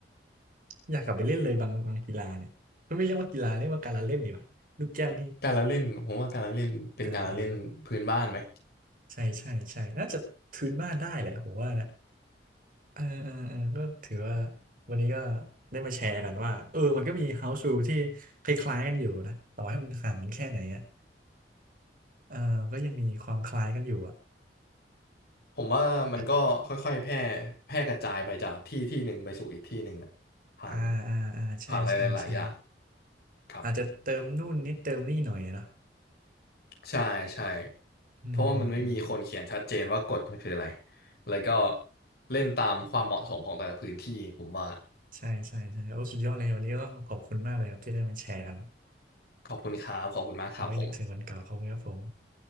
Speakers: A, on the right; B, on the left.
A: อยากกลับไปเล่นเลยบางบางกีฬาเนี่ยก็ไม่เรียกว่ากีฬาเรียกว่าการละเล่นดีกว่าลูกแก้วนี่
B: การละเล่นผมว่าการละเล่นเป็นการละเล่นพื้นบ้านไหม
A: อ่าอ่าใช่ใช่ใช่น่าจะทืนบ้านได้แหละผมว่านะเออเออเออก็ถือว่าวันนี้ก็ได้มาแชร์กันว่าเออมันก็มี house rule ที่คล้ายๆกันอยู่นะต่อให้มันห่างกันแค่ไหนอ่ะเออก็ยังมีความคล้ายกันอยู่อ่ะ
B: ผมว่ามันก็ค่อยๆแพร่แพร่กระจายไปจากที่ที่หนึ่งไปสู่อีกที่หนึ่งอะผ่าน
A: อ่ะอ่าอ่าอ่าใช่ใช่ใช่
B: ผ่านอะไรหลายๆอย่างครับ
A: อาจจะเติมนู่นนิดเติมนี่หน่อยอะเนาะ
B: ใช่ใช่
A: อืมอืมอืม
B: เพราะว่ามันไม่มีคนเขียนชัดเจนว่ากฎมันคืออะไรแล้วก็เล่นตามความเหมาะสมของแต่ละพื้นที่ผมว่า
A: ใช่ใช่ใช่โอ้สุดยอดเลยวันนี้ก็ต้องขอบคุณมากเลยครับที่ได้มาแชร์กัน
B: ขอบคุณครับขอบคุณมากครับผม
A: เราไม่นึกถึงวันเก่าเของครับผม